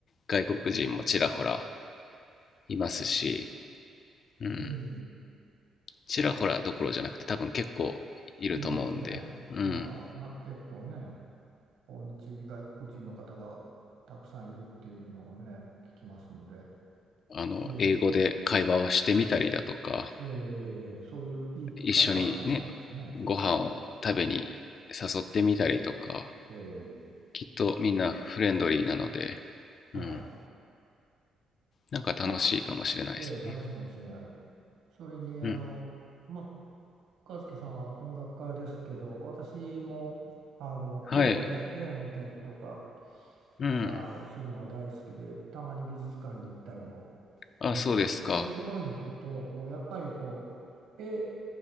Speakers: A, on the left (about 45°); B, on the right (about 80°).
A: 外国人もちらほらいますし、うん、
B: うん。
A: ちらほらどころじゃなくて多分結構いると思うんで、
B: いるんでしょうね。
A: うん、
B: 今、な、結構ね、訪日外国人の方がたくさんいるっていうのをね、聞きますんで、
A: あの、
B: ええ、
A: 英語で会話をしてみたりだとか、
B: ええ、ええそういういい機会かもしれないですね、
A: 一緒にね、ご飯を食べに誘ってみたりとか、
B: 一緒に。ええ、
A: きっとみんなフレンドリーなので、
B: はい。
A: うん、なんか楽しいかもしれないですね。
B: あ、ええ、楽しいかもしれない。それに、あの、
A: うん、
B: まあ、和樹さんは音楽家ですけど、私もあの絵を見た、
A: はい、
B: 絵を見たりとか
A: うん、
B: あのするのは大好きで、たまに美術館に行ったりも
A: あ、
B: するので、
A: そうですか。
B: そういうところに行くと、こうやっぱりこう絵、